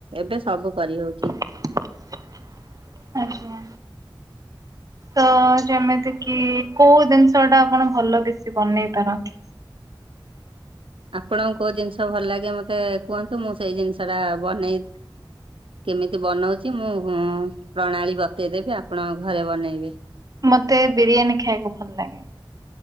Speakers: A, on the right; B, on the right.
A: ଏବେ ସବୁ କରିହଉଛି।
B: ଆଚ୍ଛା ତ। ଯେମିତି କି କୋଉ ଜିନିଷ ଟା ଆପଣ ଭଲ ବେଶୀ ବନେଇ ପାରନ୍ତି।
A: ଆପଣଙ୍କୁ କଉ ଜିନିଷ ଭଲ ଲାଗେ ମୋତେ କୁହନ୍ତୁ ମୁଁ ସେଇ ଜିନିଷଟା ବନେଇ। କେମିତି ବନଉଛି ମୁଁ ପ୍ରଣାଳୀ ବତେଇଦେବି ଆପଣ ଘରେ ବନେଇବେ।
B: ମତେ ବିରିୟାନୀ ଖାଇବାକୁ ଭଲ ଲାଗେ।